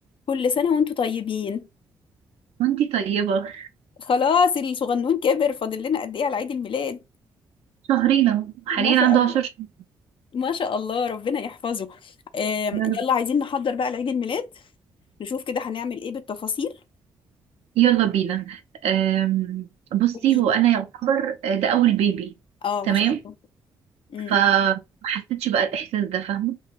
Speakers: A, on the left; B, on the right.
A: كل سنة وانتوا طيبين
B: وانتي طيبة
A: خلاص الصغنون كبر فاضل لنا قد ايه على عيد الميلاد
B: شهرين اهو حاليا
A: ما شاء
B: عنده
A: الله
B: عشر شهور
A: ما شاء الله ربنا يحفظه آم،
B: يا رب.
A: يلا عايزين نحضر بقى لعيد الميلاد نشوف كده هنعمل ايه بالتفاصيل
B: يلا بينا أم، بصي
A: قولي
B: هو انا يعتبر آه، ده اول بيبي
A: اه
B: تمام
A: ما شاء الله امم
B: فما حسيتش بقى الاحساس ده فاهمة